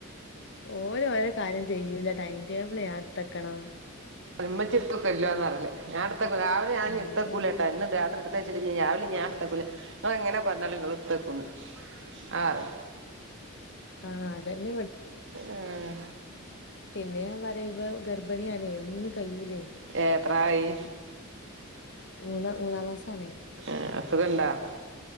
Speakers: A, on the left; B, on the right.
A: ഓല് ഓലെ കാര്യം ചെയ്യൂല്ല ടൈടേബിൾ ഞാൻ എട്ത്തക്കണം
B: മ്മച്ചെട്ത്തൊക്കെല്ലോന്നറേല് ഞാൻടുത്തക്കൂല രാവിലെ ഞാൻടുത്തക്കൂലട്ടൊ
A: ആഹ് അതന്നെ
B: ഇന്ന് രാത്രിട് ത്തച്ച്ട്ട്ല്ലെങ്കി രാവിലെ ഞാൻ ഇടുത്തക്കൂല ങ്ങൾ എങ്ങനെ പറഞ്ഞാലും ങ്ങള് ഇടുത്തക്കുന്ന് ആഹ്
A: ആഹ് അതന്നെ
B: ഏഹ്
A: പിന്നെഅറിഞ്ഞാല് ഇവ ഗർഭിണിയാണേ ഒന്നും കഴിയൂല്ലേ
B: ഏത്രായി
A: മൂന്നാ മൂന്നാം മാസാണേ
B: എഹ് അസുഖണ്ടാ